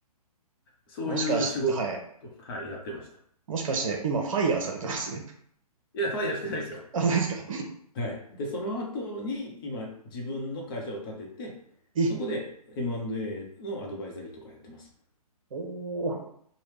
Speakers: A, on the left; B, on the right.
A: そういう仕事、
B: もしかして、はい、
A: はい、やってました。
B: もしかして今ファイヤーされてます
A: いや、ファイヤーしてないですよ。
B: あ、そうですか。<laughs>
A: はい。で、その後に今、自分の会社を立てて、
B: え、
A: そこで M&A のアドバイザリーとかやってます。
B: おー、